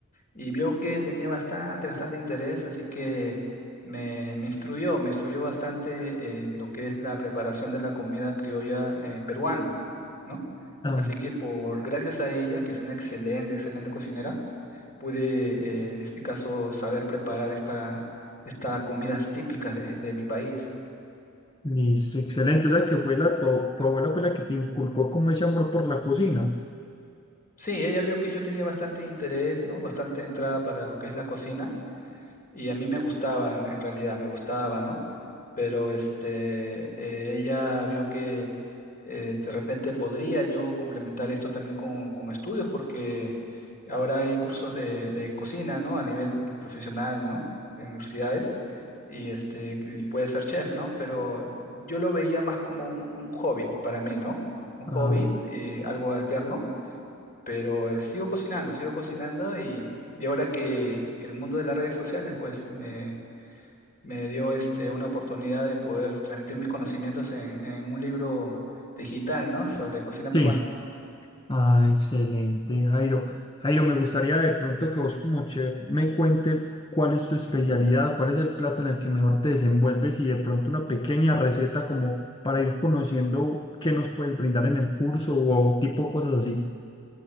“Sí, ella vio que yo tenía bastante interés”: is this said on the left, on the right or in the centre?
Left